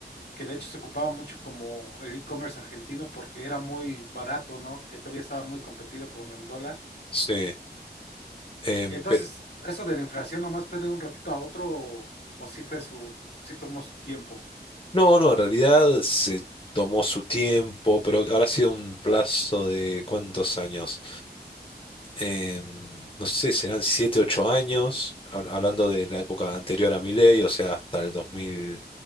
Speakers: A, on the left (about 85°); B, on the left (about 30°).
A: que de hecho se ocupaba mucho como el e-commerce argentino porque era muy barato, ¿no? Que todavía estaba muy competido con el dólar.
B: sí. Em,
A: Y entonces,
B: pero,
A: ¿eso de la inflación nomás fue de un ratito a otro o, o sí fue su, sí tomó su tiempo?
B: no, no, en realidad se tomó su tiempo, pero habrá sido un plazo de ¿cuántos años? Em, no sé, serán 7 8 años, hab- hablando de la época anterior a mi ley, o sea, hasta el dos dos mil